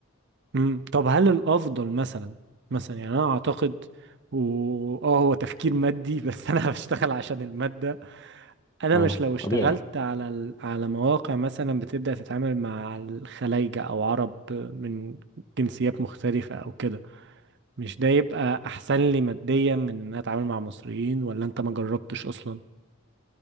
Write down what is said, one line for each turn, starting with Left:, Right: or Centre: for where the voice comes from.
Right: مم. طب هل الافضل مثلا مثلا يعني انا اعتقد و- اه هو تفكير مادي بس <laughs> انا بشتغل عشان المادة انا
Left: اه
Right: مش لو اشتغلت
Left: طبيعي يعني
Right: على ال... على مواقع مثلا بتبدأ تتعامل مع الخلايجة او عرب من جنسيات مختلفة او كده مش ده يبقى احسن لي ماديا من ان انا اتعامل مع مصريين ولا انت ما جربتش اصلا